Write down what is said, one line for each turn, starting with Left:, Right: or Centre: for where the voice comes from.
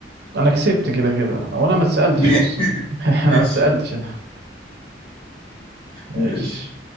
Right: انا كسبت كده كده او انا ما اتسالتش
Left: ماشي
Right: اصلا <laughs>
Left: ماشي
Right: انا ما اتسالتش انا ماشي
Left: ماشي